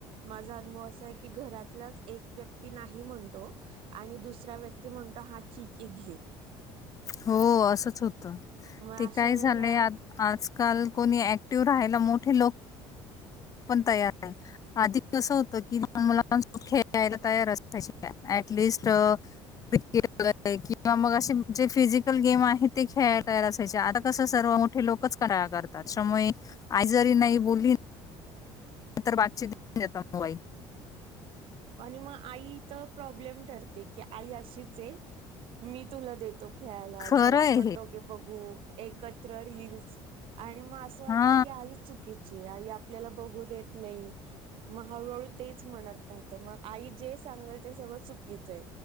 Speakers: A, on the right; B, on the left.
A: माझा अनुभव असा आहे की घरातलाच एक व्यक्ती नाही म्हणतो आणि दुसरा व्याक्ती म्हणतो हा ठीक आहे घे
B: हो असंच होत
A: मग
B: ते
A: अशा
B: काय
A: वेळेला
B: झालंय आ आज कारण कोणी ऍक्टिव्ह राहायला मोठे लोक पण तयार आहे आधी कसं होतं की ल मुलांोबत खेळायला तयार असल्या शिवाय ऍटलिस्ट क्रिकेट किंवा मग असे जे फिजिकल गेम आहे ते खेळाय कयला असायचे आता कसं सर्व मोठ लोकतातमुळे आ ज नाही ब तर बाातचीितऊ मोबाईल
A: आणि मग आई इथं प्रॉब्लेम ठरते की आई अशीच आहे मी तुला देतो खेळाला चल
B: खरं
A: आपण
B: आहे हे
A: दोघे बघू एकत्र रीलीलस आणि मग अस असं वाटतं
B: हा
A: की चुकीची. आई आपल्याला बघू देत नाही मग हळूहळू तेच म्हणत राहत तर मग आई जे सांगल ते सगळं चुकीचं आहे.